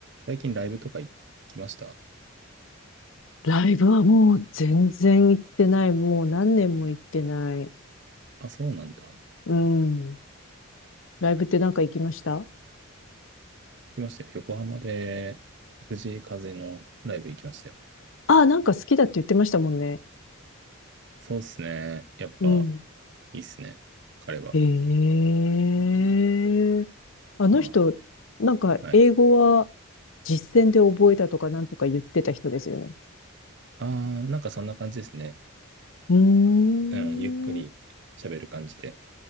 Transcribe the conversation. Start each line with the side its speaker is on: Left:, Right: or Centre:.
Right: 最近ライブとか行きました
Left: ライブはもう全然行ってない。もう何年も行ってない。
Right: あ、そうなんだ。行
Left: うん。ライブってなんか行きました
Right: きましたよ。横浜で藤井風のライブ行きましたよ。
Left: ああ、なんか好きだって言ってましたもんね。
Right: そうっすね。やっぱ
Left: うん。
Right: いいっすね。彼は。
Left: ええあの人、
Right: ま
Left: なんか英語は
Right: あ、はい。
Left: 実践で覚えたとかなんとか言ってた人ですよね。
Right: あー、なんかそんな感じですね。
Left: うーん。
Right: うん、ゆっくり喋る感じで。
Left: うん